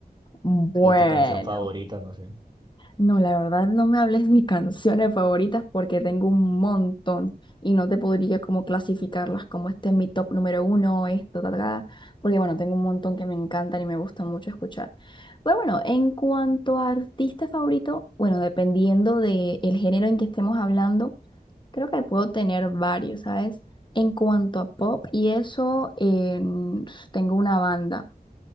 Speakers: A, on the left; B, on the right.
A: Bueno.
B: O tu canción favorita, no sé.
A: No, la verdad no me hables de mis canciones favoritas porque tengo un montón y no te podría como clasificarlas como este es mi top número uno, esto, ta, ta, ta, porque bueno, tengo un montón que me encantan y me gustan mucho escuchar. Pero bueno, en cuanto a artista favorito, bueno, dependiendo del género en que estemos hablando, creo que puedo tener varios, ¿sabes? En cuanto a pop y eso, en- tengo una banda,